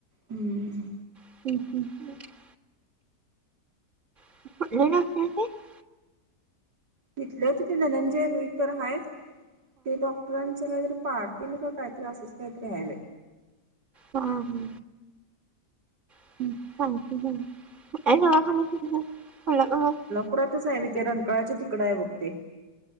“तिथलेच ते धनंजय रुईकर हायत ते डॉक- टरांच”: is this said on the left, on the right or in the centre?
Right